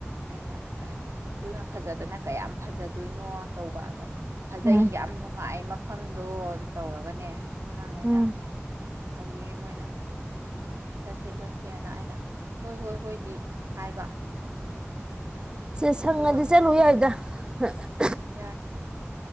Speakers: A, on the right; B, on the right.
A: ꯑꯩꯅ ꯑꯁ ꯑꯗꯨꯨꯅ ꯐꯖꯗꯅ ꯀꯌꯥꯝ ꯐꯖꯗꯣꯏꯅꯣ ꯇꯧꯕ ꯑꯗ ꯐꯖꯩ
B: ꯎꯝ
A: ꯌꯥꯝ ꯅꯨꯡꯉꯥꯏ ꯃꯛ ꯃꯐꯝꯗꯣ ꯑꯗꯨ ꯇꯧꯔꯒꯅꯦ ꯑꯉꯥꯡꯉꯩꯅ
B: ꯎꯝ
A: ꯇꯧꯔꯤꯌꯦ ꯃꯣꯏꯅ ꯆꯠꯁꯦ - ꯆꯠꯁꯦꯅ ꯑꯩꯅ ꯍꯣꯏ -ꯍꯣꯏ -ꯍꯣꯏꯗꯤ ꯍꯥꯏꯕ
B: ꯆꯦ ꯁꯪꯉꯗꯤ
A: ꯑꯗꯨꯒ
B: ꯆꯠꯂꯨ ꯌꯥꯏꯗ ꯍ ꯑ
A: ꯌꯥꯏ